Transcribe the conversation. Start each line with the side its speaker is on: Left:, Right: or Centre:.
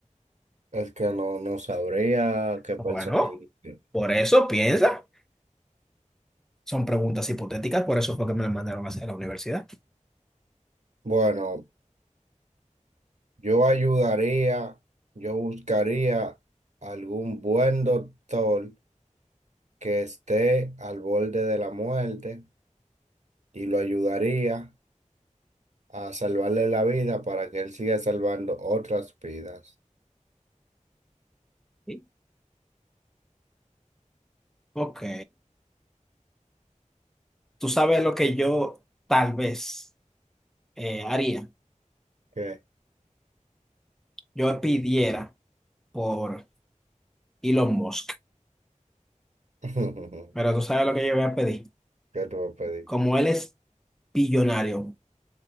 Right: Es que no, no sabría qué persona.
Centre: Bueno,
Right: elegir.
Centre: por eso piensa. Son preguntas hipotéticas, por eso fue que me las mandaron a hacer a la universidad.
Right: Bueno, yo ayudaría, yo buscaría algún buen doctor que esté al borde de la muerte y lo ayudaría a salvarle la vida para que él siga salvando otras vidas.
Centre: Sí. Ok. Tú sabes lo que yo tal vez eh, haría.
Right: ¿Qué?
Centre: Yo pidiera por Elon Musk.
Right: <laughs>
Centre: Pero tú sabes lo que yo voy a pedir.
Right: que tú me pedí.
Centre: Como él es billonario,